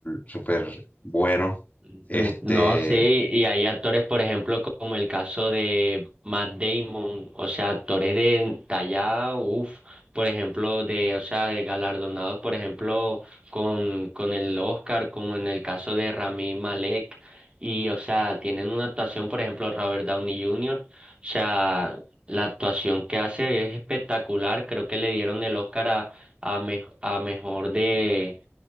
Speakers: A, on the left (about 35°); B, on the right (about 25°).
A: súper bueno,
B: Mm,
A: este,
B: No, sé y hay actores, por ejemplo, como el caso de Matt Damon, o sea, actores de talla, uff, por ejemplo, de, o sea, de galardonados, por ejemplo, con, con el Oscar, como en el caso de Rami Malek, y, o sea, tienen una actuación, por ejemplo, Robert Downey Jr., o sea, la actuación que hace es espectacular, creo que le dieron el Oscar a, a, me- a mejor de